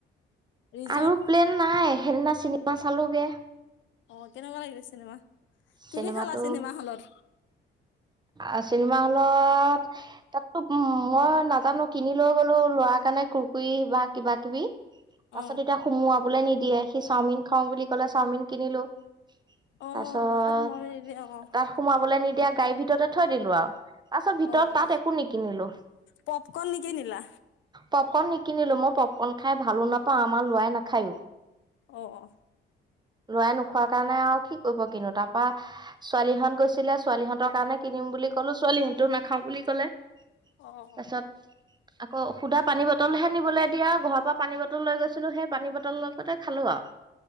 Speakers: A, on the left; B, on the right.
A: ৰিজৰ্ট
B: আৰু প্লেন নাই, সেইদিনা চিনেমা চালোগে।
A: অ' কেনেকুৱা লাগিলে চিনেমা?
B: চিনেমাটো
A: কি কি খালা চিনেমা হলত?
B: আ চিনেমা হলত তাততো উ, মই নাজানো কিনি লৈ গলো ল'ৰাৰ কাৰণে কুৰকুৰি বা কিবা কিবি তাৰ
A: অ
B: পাছত এতিয়া সোমোৱা বোলে নিদিয়ে, সি চাওমিন খাওঁ বুলি ক'লে চাওমিন কিনিলো।
A: অ'
B: তাৰপিছত
A: তাত <unintelligible>
B: তাত সোমাবলৈ নিদিয়া গাড়ীৰ ভিতৰতে থৈ দিলো আৰু। তাৰপিছত ভিতৰত
A: অ
B: তাত
A: অ
B: একো নিকিনিলো।
A: পপকৰ্ণ নিকিনিলা
B: পপকৰ্ণ নিকিনিলো মই পপকৰ্ন খাই ভালো নাপাওঁ, আমাৰ ল'ৰায় নাখায়ো।
A: অ, অ।
B: ল'ৰাই নোখোৱাৰ কাৰণে আৰু কি কৰিব কিনো তাৰ পৰা ছোৱালীহঁত গৈছিলে ছোৱালীহঁতৰ কাৰণে কিনিম বুলি ক'লো ছোৱালীহঁতো নাখাও বুলি ক'লে।
A: অ অ
B: তাৰপাছত আকৌ সুধা পানী বটলহে নিবলৈ দিয়া ঘৰৰ পৰা পানী বট টল লৈ গৈছিলো সেই পানী বটল লগতে খালো আৰু।